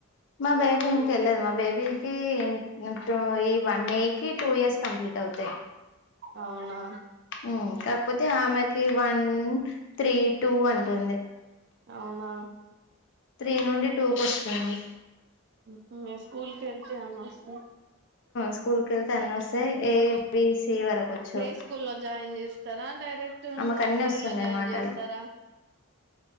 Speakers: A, on the left; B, on the right.
A: మా బేబీ ఇంకెళ్ళేదు మా బేబీకి ఇంట్లో అయి వన్ మే కి టూ ఇయర్స్ కంప్లీట్ అవుతే
B: అవునా
A: ఉ కాకపోతే ఆమెకి వన్ త్రీ టూ అంటుంది
B: అవునా
A: త్రీ నుండి టూకో ఓస్తుంది
B: ఊహు స్కూల్ క వెళ్తే అస్త
A: స్కూల్ కి వెళ్తే అన్ని వస్తాయి ఏ బి సి వరకు వచ్చు
B: ప్లే స్కూలో జాయిన్ చేస్తారా డైరెక్ట్
A: ఆమెకు
B: నర్సరీలో
A: అన్ని వస్తున్నాయి
B: జాయిన్
A: మాటలు
B: చేస్తారా